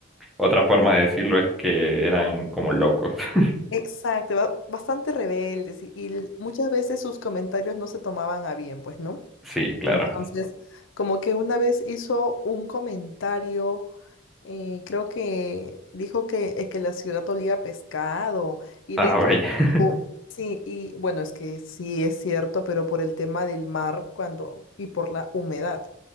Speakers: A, in the centre; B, on the left.
A: Otra forma de decirlo es que eran como locos. <laughs>
B: exacto, ba- bastante rebeldes y, y l- muchas veces sus comentarios no se tomaban a bien, pues, ¿no?
A: Sí, claro.
B: Entonces, como que una vez hizo un comentario, eh, creo que dijo que, eh, que la ciudad olía a pescado y
A: Ah,
B: dentro,
A: vaya.
B: o- sí, y bueno, es que sí es cierto, pero por el tema del mar cuando y por la humedad.